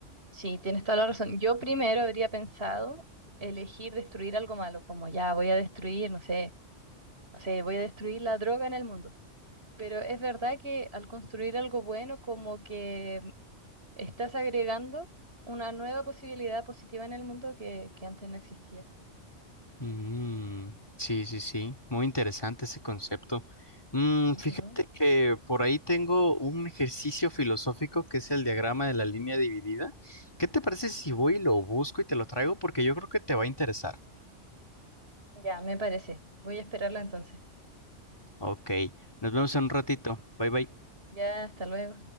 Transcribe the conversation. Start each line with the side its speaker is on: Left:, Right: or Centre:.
Right: Sí, tienes toda la razón. Yo primero habría pensado elegir destruir algo malo, como ya voy a destruir, no sé, no sé, voy a destruir la droga en el mundo. Pero es verdad que al construir algo bueno, como que Estás agregando una nueva posibilidad positiva en el mundo que, que antes no existía.
Left: Mm, sí, sí, sí, muy interesante ese concepto. Mm,
Right: Ujú.
Left: fíjate que por ahí tengo un ejercicio filosófico que es el diagrama de la línea dividida. ¿Qué te parece si voy y lo busco y te lo traigo? Porque yo creo que te va a interesar.
Right: Ya, me parece. Voy a esperarla entonces.
Left: Ok, nos vemos en un ratito. Bye bye.
Right: Ya, hasta luego.